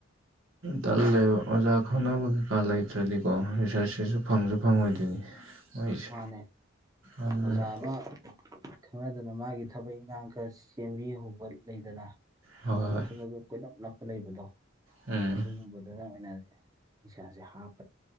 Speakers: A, on the right (about 80°); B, on the right (about 20°).
A: ꯇꯜꯂꯦ ꯑꯣꯖꯥ ꯈꯕꯨ ꯀꯩꯀꯥ ꯂꯩꯇ꯭ꯔꯗꯤꯀꯣ <unintelligible> ꯐꯪꯁꯨ ꯐꯪꯉꯣꯏꯗꯣꯏꯅꯤ ꯃꯣꯏꯁꯦ
B: ꯃꯥꯅꯦ
A: ꯑꯗꯨꯅ
B: ꯑꯣꯖꯥ ꯑꯃ ꯈꯪꯅꯗꯅ ꯃꯥꯒꯤ ꯊꯕꯛ ꯏꯟꯈꯥꯡ ꯈꯔ ꯁꯦꯝꯕꯤꯍꯧꯕ ꯂꯩꯗꯅ
A: ꯍꯣꯏ
B: ꯃꯥꯏ
A: ꯍꯣꯏ
B: ꯃꯆꯜꯂꯒ ꯀꯣꯏꯂꯞ ꯅꯞꯄ ꯂꯩꯕꯗꯣ
A: ꯎꯝ
B: ꯑꯗꯨ ꯗꯨꯅ ꯑꯣꯏꯅꯗꯤ ꯏꯁꯥꯁꯦ ꯍꯥꯞ